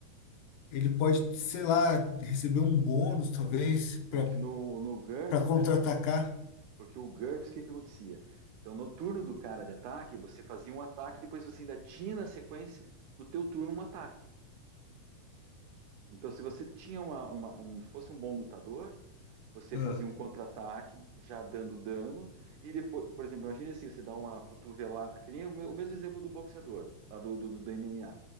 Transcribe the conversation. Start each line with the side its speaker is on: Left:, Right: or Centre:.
Left: ele pode, sei lá, receber um bônus, talvez,
Right: Porque
Left: para
Right: no, no GURPS,
Left: para contra-atacar.
Right: cara, porque o GURPS, o que que acontecia? Então, no turno do cara de ataque, você fazia um ataque, depois você ainda tinha na sequência, no teu turno, um ataque. Então, se você tinha uma, uma- um, fosse um bom lutador, você
Left: Ah,
Right: fazia um contra-ataque, já dando dano, e depois, por exemplo, imagine assim, você dá uma cotovelada, que nem o, me- o mesmo exemplo do boxeador, lá do, do, do MMA.